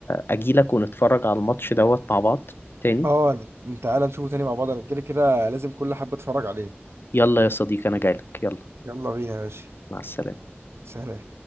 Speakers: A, on the left; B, on the right.
A: اجيلك ونتفرج على الماتش دوت مع بعض تاني
B: اه لا، انت تعالى نشوفه تاني مع بعض انا كده كده لازم كل حبه اتفرج عليه
A: يلا يا صديقي انا جايلك يلا
B: يلا بينا يا باشا
A: مع السلامة
B: سلام